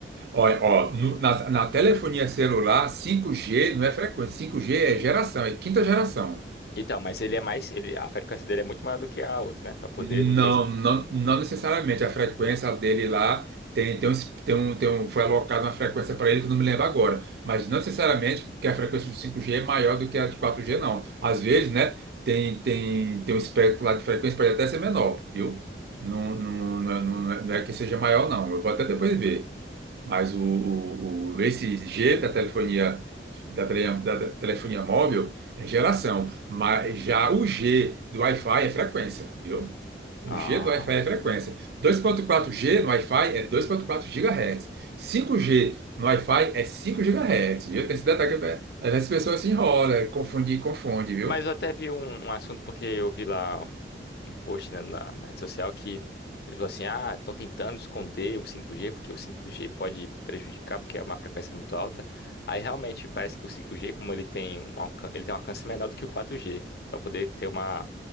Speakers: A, on the right; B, on the left.
A: ó, ó, no- na, na telefonia celular, cinco g não é frequência, cinco g é geração, é quinta geração.
B: Então, mas ele é mais, ele, a frequência dele é muito maior do que a outra, né? Pra poder
A: Não,
B: não ter.
A: não, não necessariamente. A frequência dele lá tem, tem, um, tem, um, tem um- foi alocada uma frequência para ele que eu não me lembro agora. Mas não necessariamente porque a frequência do cinco g é maior do que a de quatro g não. Às vezes, né, tem, tem, tem um espectro lá de frequência pode até ser menor, viu? Não, não, não, é não é- não é que seja maior, não. Eu vou até depois ver. Mas o, o, o- esse G da telefonia, da, tele- da da telefonia móvel é geração. Mas já o G do Wi-Fi é frequência, viu? O
B: Ah,
A: G do Wi-Fi é frequência. Dois ponto quatro g no Wi-Fi é dois ponto quatro GHz. Cinco g no Wi-Fi é 5 GHz, viu? Tem esse detalhe que é, às vezes as pessoas se enrolam, confunde, confunde, viu?
B: mas eu até vi um, um assunto, porque eu vi lá um, um post, né, na, na rede social que ele falou assim: ah, estão tentando esconder o 5G, porque o 5G pode prejudicar, porque é uma frequência muito alta. Aí realmente parece que o 5G, como ele tem um alcance, ele tem um alcance menor do que o 4G, para poder ter uma